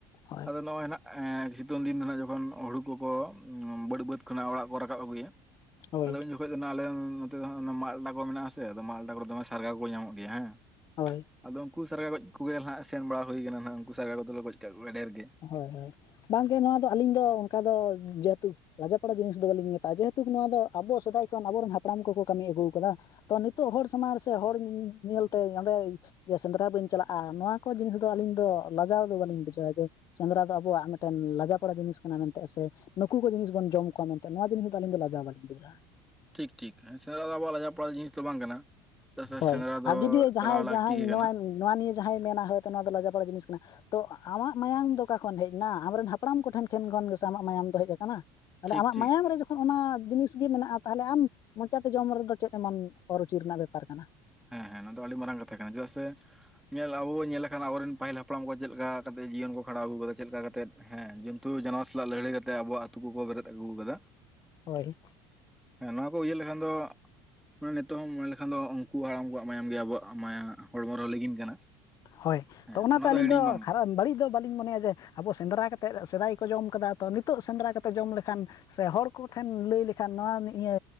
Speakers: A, on the left (about 40°); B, in the centre.
A: ᱦᱳᱭ
B: ᱟᱫᱚ ᱱᱚᱜᱼᱚᱭ ᱱᱟᱦᱟᱜ ᱮᱸ ᱥᱤᱛᱩᱝ ᱫᱤᱱ ᱫᱚ ᱦᱟᱸᱜ ᱡᱚᱠᱷᱚᱱ ᱦᱩᱲᱩ ᱠᱚᱠᱚ ᱵᱟᱹᱲᱩ ᱵᱟᱹᱫᱽ ᱠᱷᱚᱱᱟᱜ ᱚᱲᱟᱜ ᱠᱚ ᱨᱟᱠᱟᱵ ᱟᱹᱜᱩᱭᱟ᱾
A: ᱦᱳᱭ
B: <unintelligible> ᱠᱷᱚᱡ ᱫᱚ ᱟᱞᱮ ᱱᱚᱛᱮ ᱫᱚ ᱢᱟᱞᱴᱟ ᱠᱚ ᱢᱮᱱᱟᱜ ᱟᱥᱮ ᱢᱟᱞᱴᱟ ᱠᱚᱨᱮᱫᱚ ᱫᱚᱢᱮ ᱥᱟᱨᱜᱟ ᱠᱚ ᱧᱟᱢᱚᱜ ᱜᱮᱭᱟ ᱦᱮᱸ
A: ᱦᱳᱭ
B: ᱟᱫᱚ ᱩᱱᱠᱩ ᱥᱟᱨᱜᱟ ᱜᱚᱡ ᱠᱚᱜᱮ ᱱᱟᱜ ᱥᱮᱱ ᱵᱟᱲᱟ ᱦᱩᱭ ᱠᱟᱱᱟ ᱱᱟᱜ ᱩᱱᱠᱩ ᱥᱟᱨᱜᱟ ᱜᱚᱡ ᱠᱚᱫᱚᱞᱮ ᱠᱟᱜ ᱠᱚᱣᱟ ᱰᱷᱮᱨ ᱜᱮ
A: ᱦᱳᱭ ᱦᱳᱭ ᱵᱟᱝᱜᱮ ᱱᱚᱣᱟ ᱫᱚ ᱟᱹᱞᱤᱧ ᱫᱚ ᱚᱱᱠᱟ ᱫᱚ ᱡᱮᱦᱮᱛᱩ ᱞᱟᱡᱟ ᱯᱟᱲᱟ ᱡᱤᱱᱤᱥ ᱫᱚ ᱵᱟᱹᱞᱤᱧ ᱢᱮᱛᱟᱜᱼᱟ ᱡᱮᱦᱮᱛᱩ ᱱᱚᱣᱟ ᱫᱚ ᱟᱵᱚ ᱥᱮᱫᱟᱭ ᱠᱷᱚᱱ ᱟᱵᱚᱨᱮᱱ ᱦᱟᱯᱲᱟᱢ ᱠᱚᱠᱚ ᱠᱟᱹᱢᱤ ᱟᱹᱜᱩ ᱟᱠᱟᱫᱟ ᱛᱚ ᱱᱤᱛᱚᱜ ᱦᱚᱲ ᱥᱟᱢᱟᱝ ᱥᱮ ᱦᱚᱲ ᱧᱮᱞᱛᱮ ᱚᱸᱰᱮ ᱡᱮ ᱥᱮᱸᱫᱽᱨᱟ ᱵᱟᱹᱧ ᱪᱟᱞᱟᱜᱼᱟ ᱱᱚᱣᱟ ᱠᱚ ᱡᱤᱱᱤᱥ ᱫᱚ ᱟᱹᱞᱤᱧ ᱫᱚ ᱞᱟᱡᱟᱣ ᱫᱚ ᱵᱟᱹᱞᱤᱧ ᱵᱩᱡᱷᱟᱹᱣᱟ ᱡᱮ ᱥᱮᱸᱫᱽᱨᱟ ᱫᱚ ᱟᱵᱚᱣᱟᱜ ᱢᱤᱫᱴᱮᱱ ᱞᱟᱡᱟ ᱯᱟᱲᱟ ᱡᱤᱱᱤᱥ ᱠᱟᱱᱟ ᱢᱮᱱᱛᱮ ᱥᱮ ᱱᱩᱠᱩ ᱠᱚ ᱡᱤᱱᱤᱥ ᱵᱚᱱ ᱡᱚᱢ ᱠᱚᱣᱟ ᱢᱮᱱᱛᱮ ᱱᱚᱣᱟ ᱡᱤᱱᱤᱥ ᱫᱚ ᱟᱹᱞᱤᱧ ᱫᱚ ᱞᱟᱡᱟ ᱦᱚᱸ ᱵᱟᱹᱞᱤᱧ ᱵᱩᱡᱼᱟ
B: ᱴᱷᱤᱠ ᱴᱷᱤᱠ ᱦᱮᱸ ᱥᱮᱸᱫᱽᱨᱟ ᱫᱚ ᱟᱵᱚᱣᱟᱜ ᱞᱟᱡᱟ ᱯᱟᱲᱟᱜ ᱡᱤᱱᱤᱥ ᱫᱚ ᱵᱟᱝ ᱠᱟᱱᱟ ᱪᱮᱫᱟᱜ ᱥᱮ
A: ᱦᱳᱭ
B: ᱥᱮᱸᱫᱽᱨᱟ ᱫᱚ
A: ᱟᱨ ᱡᱩᱫᱤ ᱡᱟᱦᱟᱸᱭ
B: ᱪᱟᱞᱟᱣ ᱞᱟᱹᱠᱛᱤ
A: ᱡᱟᱦᱟᱸᱭ
B: ᱜᱮ ᱠᱟᱱᱟ
A: ᱱᱚᱣᱟ ᱱᱚᱣᱟ ᱱᱤᱭᱟᱹ ᱡᱟᱦᱟᱸᱭ ᱢᱮᱱᱟ ᱦᱳᱭᱛᱚ ᱱᱚᱣᱟ ᱫᱚ ᱞᱟᱡᱟ ᱯᱟᱲᱟᱜ ᱡᱤᱱᱤᱥ ᱠᱟᱱᱟ ᱛᱚ ᱟᱢᱟᱜ ᱢᱟᱭᱟᱢ ᱫᱚ ᱚᱠᱟ ᱠᱷᱚᱱ ᱦᱮᱡ ᱮᱱᱟ ᱟᱢᱨᱮᱱ ᱦᱟᱯᱲᱟᱢ ᱠᱚᱴᱷᱮᱱ ᱴᱷᱮᱱ ᱠᱷᱚᱱ ᱜᱮᱥᱮ ᱟᱢᱟᱜ ᱢᱟᱭᱟᱢ ᱫᱚ ᱦᱮᱡ ᱟᱠᱟᱱᱟ ᱛᱟᱦᱚᱞᱮ
B: ᱴᱷᱤᱠ
A: ᱟᱢᱟᱜ
B: ᱴᱷᱤᱠ
A: ᱢᱟᱭᱟᱢ ᱨᱮ ᱡᱚᱠᱷᱚᱱ ᱚᱱᱟ ᱡᱤᱱᱤᱥ ᱜᱮ ᱢᱮᱱᱟᱜᱼᱟ ᱛᱟᱦᱚᱞᱮ ᱟᱢ ᱢᱚᱪᱟᱛᱮ ᱡᱚᱢ ᱨᱮᱫᱚ ᱪᱮᱫ <unintelligible> <unintelligible> ᱵᱮᱯᱟᱨ ᱠᱟᱱᱟ
B: ᱦᱮᱸ ᱦᱮᱸ ᱱᱚᱣᱟ ᱫᱚ ᱟᱹᱰᱤ ᱢᱟᱨᱟᱝ ᱠᱟᱛᱷᱟ ᱠᱟᱱᱟ ᱪᱮᱫᱟᱜ ᱥᱮ ᱧᱮᱞ ᱟᱵᱚ ᱵᱚ ᱧᱮᱞᱮᱠᱷᱟᱱ ᱟᱵᱚᱨᱮᱱ ᱯᱟᱹᱦᱤᱞ ᱦᱟᱯᱲᱟᱢ ᱠᱚ ᱪᱮᱫ ᱞᱮᱠᱟ ᱠᱟᱛᱮᱫ ᱡᱤᱭᱚᱱ ᱠᱚ ᱠᱷᱟᱸᱰᱟᱣ ᱟᱹᱜᱩ ᱟᱠᱟᱫᱟ ᱪᱮᱫ ᱞᱮᱠᱟ ᱠᱟᱛᱮᱫ ᱦᱮᱸ ᱡᱚᱱᱛᱩ ᱡᱟᱱᱣᱟᱨ ᱥᱟᱞᱟᱜ ᱞᱟᱹᱲᱦᱟᱹᱭ ᱠᱟᱛᱮ ᱟᱵᱚ ᱟᱛᱩ ᱠᱚᱠᱚ ᱵᱮᱨᱮᱫ ᱟᱹᱜᱩ ᱟᱠᱟᱫᱟ
A: ᱦᱳᱭ
B: ᱦᱮᱸ ᱱᱚᱣᱟ ᱠᱚ ᱩᱭᱟᱹᱦᱟᱹᱨ ᱞᱮᱠᱷᱟᱱ ᱫᱚ ᱢᱟᱱᱮ ᱱᱤᱛᱚᱜ ᱦᱚᱸ ᱢᱮᱱ ᱞᱮᱠᱷᱟᱱ ᱫᱚ ᱩᱱᱠᱩᱣᱟᱜ ᱩᱱᱠᱩ ᱭᱟᱜ ᱢᱟᱭᱟᱢ ᱜᱮ ᱟᱵᱚᱣᱟᱜ ᱢᱟᱭᱟ ᱦᱚᱲᱢᱚ ᱨᱮ ᱞᱤᱜᱤᱱ ᱠᱟᱱᱟ
A: ᱦᱳᱭ
B: ᱦᱮᱸ
A: ᱛᱚ ᱚᱱᱟᱛᱮ
B: ᱚᱱᱟ
A: ᱟᱹᱞᱤᱧ
B: ᱦᱤᱲᱤᱧ
A: ᱫᱚ
B: ᱵᱟᱝ
A: ᱠᱷᱟᱨᱟ
B: ᱜᱟᱱᱚᱜᱼᱟ᱾
A: ᱵᱟᱹᱲᱤᱡ ᱫᱚ ᱵᱟ- ᱞᱤᱧ ᱢᱚᱱᱮᱭᱟ ᱡᱮ ᱟᱵᱚ ᱥᱮᱸᱫᱽᱨᱟ ᱠᱟᱛᱮᱫ ᱥᱮᱫᱟᱭ ᱠᱚ ᱡᱚᱢ ᱟᱠᱟᱫᱟ ᱛᱚ ᱱᱤᱛᱚᱜ ᱥᱮᱸᱫᱽᱨᱟ ᱠᱟᱛᱮᱫ ᱡᱚᱢ ᱞᱮᱠᱷᱟᱱ ᱥᱮ ᱦᱚᱲ ᱠᱚᱴᱷᱮᱱ ᱞᱟᱹᱭ ᱞᱮᱠᱷᱟᱱ ᱱᱚᱣᱟ ᱤᱭᱟᱹ